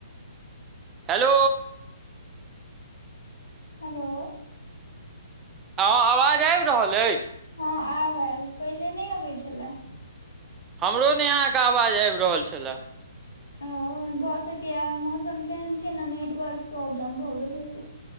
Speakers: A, on the right; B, on the left.
A: हेलो।
B: हेलो।
A: हां अवाज आएब रहल एछ।
B: हां आब आएल, पहले नै आबै छलाए।
A: हमरो नै अहाँ के अवाज आएब रहल छला।
B: ओ भ सकैया मौसम तेहेन छै नै नेटवर्क प्रॉब्लम भऽ गेल हेतै।